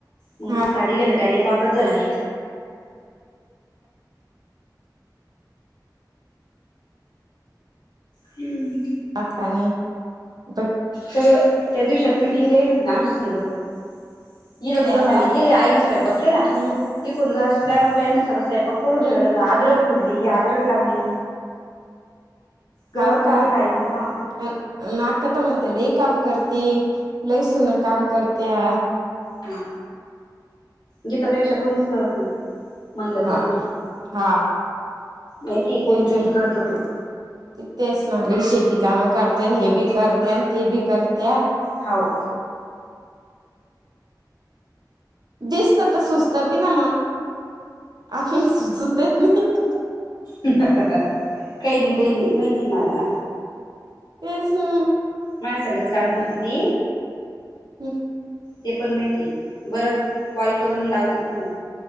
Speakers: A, on the left; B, on the right.
A: मग
B: हा
A: साडी घेण काले. पागल झालं र. हमम.
B: पागपनी <unintelligible>
A: सगळं त्या दिवसात मिटिंगला येईल होती ना आमच्या संघ हनं दुनं
B: ते आता
A: भांडी केली आईनं स्वयंक केला
B: हम्म
A: इकून जा त्याईं सगळं स्व पकरून ठेवलता
B: हम्म
A: अदरक कुडली अदरक लावली. गंज
B: हो
A: काम
B: का
A: केलं आईन हा
B: नाखतमतेल काम करती लैसु ना काम करत्या
A: हा गीतापेक्षा कोणीच करत नाही. म्हणलं
B: हा
A: कधी तर
B: हा
A: माहितीय कोण
B: तेच
A: किती
B: आहे ना
A: करत तो
B: तेच नाी शेती काम करतेय आणि हे बी करत्या आणि ते बी करत्या
A: होाऊ.
B: दिसत तर सुस्त बिना म आ फे सुसस देत नाही <unintelligible>
A: काही नाही काही नाही माहिती मला
B: तेच ना.
A: मला सगत काम करते ती
B: हम्.
A: ते पण माहिती बरं कॉल करून लावते पुन्हा